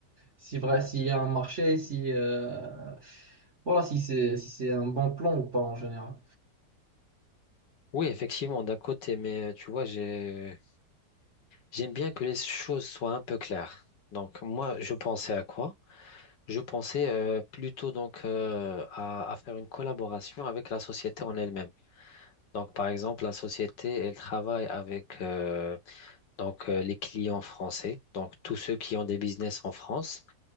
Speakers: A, on the right (about 40°); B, on the left (about 75°).
A: si vrai, s'il y a un marché, si, euh, voilà, si c'est si c'est un bon plan ou pas en général.
B: Oui, effectivement, d'un côté, mais euh, tu vois, j'ai, j'aime bien que les choses soient un peu claires. Donc, moi, je pensais à quoi? Je pensais euh, plutôt donc euh, à, à faire une collaboration avec la société en elle-même. Donc par exemple, la société, elle travaille avec euh, donc euh, les clients français, donc tous ceux qui ont des business en France,